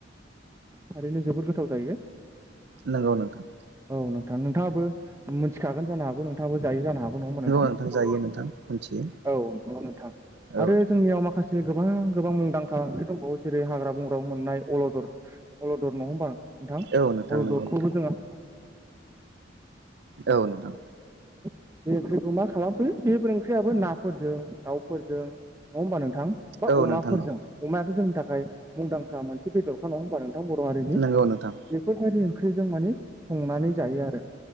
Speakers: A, on the right; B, on the right.
A: थारैनो जोबोद गोथाव जायो
B: नोंगौ नोंथां
A: औ नोंथाङाबो मिथिखागोन जानो हागौ नोंथाङाबो जायो जानो हागौ नङा होमबा नंगौ नोंथां
B: नोंथां जायो मिथियो
A: औ नंगौ नोंथां
B: औ
A: आरो जोंनियाव माखासे से गोबां गोबां मुंदांखा ओंख्रि दंबावो जेरै हाग्रा बंग्रायाव मोननाय अलदर अलदर नङा होमबा नोंथां
B: औ नोंथां
A: अलददखौबो
B: नंगौ नोंथां
A: जोङो
B: औ नोंथां
A: बे ओंख्रिखौ मा खालामफैयो बेफोर ओंख्रियाबो नाफोरजों दाउफोरजों नङा होमबा नोंथां बा
B: औ
A: अमाफोरजों
B: नोंथां
A: अमायाथ' जोंनि थाखाय मुंदांखा मोनसे बेदरखा नङा होमबा नोंथां नोंथां बर' हारिनि
B: नंगौ नोंथां
A: बेफोरबायदि ओंख्रिजों माने संनानै जायो आरो